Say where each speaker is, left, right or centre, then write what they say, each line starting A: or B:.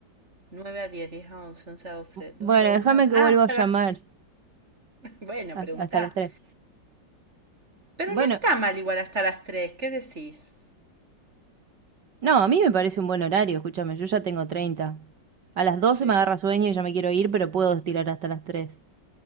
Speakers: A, on the right (about 35°); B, on the right (about 65°).
A: 9 a diez 10 a once 11 a doce 12
B: Bueno,
A: a
B: déjame
A: una una-
B: que
A: Ah,
B: vuelva
A: hasta
B: a llamar
A: las. <laughs> Bueno,
B: a-
A: preguntá.
B: hasta las tres.
A: Pero
B: Bueno,
A: no está mal igual hasta las tres ¿Qué decís?
B: no, a mí me parece un buen horario, escúchame, yo ya tengo 30. A las doce
A: Sí.
B: me agarra sueño y ya me quiero ir, pero puedo estirar hasta las tres.